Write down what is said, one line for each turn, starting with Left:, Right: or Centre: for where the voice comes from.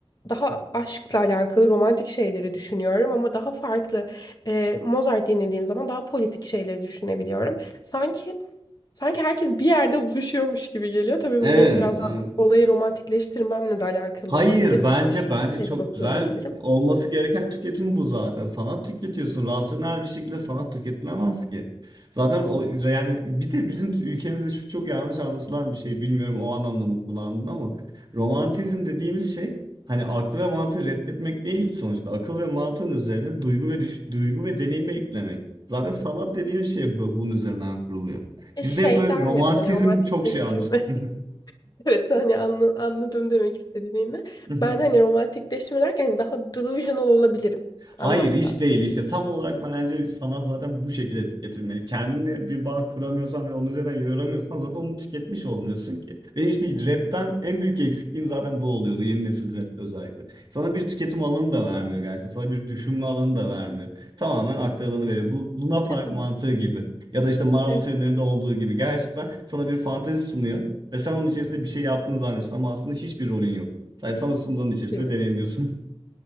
Left: daha aşkla alakalı romantik şeyleri düşünüyorum ama daha farklı e, Mozart dinlediğim zaman daha politik şeyleri düşünebiliyorum. Sanki sanki herkes bir yerde buluşuyormuş gibi geliyor. Tabii
Right: Evet,
Left: bu benim biraz
Right: evet.
Left: daha olayı romantikleştirmemle de alakalı
Right: Hayır
Left: olabilir.
Right: bence bence
Left: Ya
Right: çok
Left: da bakıyor
Right: güzel
Left: olabilirim.
Right: olması gereken tüketim bu zaten. Sanat tüketiyorsun. Rasyonel bir şekilde sanat tüketilemez ki. Zaten o yani bir de bizim ülkemizde şu çok yanlış anlaşılan bir şey. Bilmiyorum o anlamda mı kullandın ama romantizm dediğimiz şey hani aklı ve mantığı reddetmek değil ki sonuçta. Akıl ve mantığın üzerine duygu ve düş- duygu ve deneyimi eklemek. Zaten sanat dediğimiz şey bu- bunun üzerinden kuruluyor.
Left: E,
Right: Bizde
Left: Şeyden
Right: hep böyle romantizm
Left: dedim hani romantikleştirme.
Right: çok şey anlaşılıyor.
Left: <laughs> Evet hani anla- anladım demek istediğini.
Right: <laughs>
Left: Ben hani romantikleştirme derken hani daha delusional olabilirim anlamında.
Right: Hayır hiç değil işte tam olarak bence sanat zaten bu şekilde tüketilmeli. Kendinle bir bağ kuramıyorsan ve onun üzerinden yoramıyorsan zaten onu tüketmiş olmuyorsun ki. Benim işte rapten en büyük eksikliğim zaten bu oluyordu yeni nesil rapte özellikle. Sana bir tüketim alanı da vermiyor gerçekten sana bir düşünme alanı da vermiyor. Tamamen aktarılanı veriyor. Bu Luna
Left: <laughs>
Right: Park mantığı gibi ya da işte Marvel
Left: Evet
Right: filmlerinde olduğu gibi gerçekten sana bir fantezi sunuyor. Ve sen onun içerisinde bir şey yaptığını zannediyorsun ama aslında hiçbir rolün yok. Sadece sana sunduğun içerisinde
Left: diyorum.
Right: deneyimliyorsun.